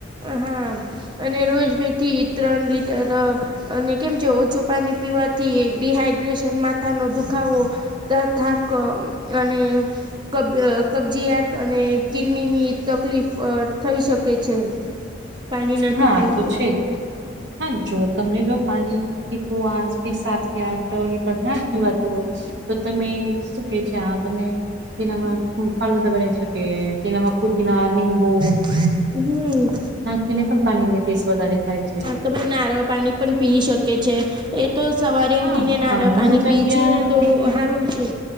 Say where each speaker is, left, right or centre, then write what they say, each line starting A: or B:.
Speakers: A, on the right (about 25°); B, on the right (about 65°).
A: હા અને રોજ બે થી ત્રણ લીટર અને કેમ છે. ઓછું પાણી પીવાથી એડી હાઈડ્રેશન માથા નો દુખાવો ત થાક અને કબય કબજયાત અને કિડની ની તકલીફ થઈ શકે છે પાણી નથી
B: હા
A: પીવતો
B: આ તો છે જ. હા જો તમને જો પાણી <inaudible> આજ કે સાત કે આઠ ટલી આટલી વાતું હોય તો તમે શું કેય છે આ તમે તેનામાં ફલુદા બનાવી શકે તેનામાં પુદીના નિંબુ
A: હમ
B: તેને પણ પાણી ને ટેસ્ટ વધારે થાય છે
A: તમારા નારળ પાણી પણ પી શકે છે એ તો સવારે
B: હા
A: ઉઠીને નારળ
B: પાણીની
A: પાણી
B: જગ્યા
A: પી છે ને તો
B: લિક્વિડ
A: હારું છે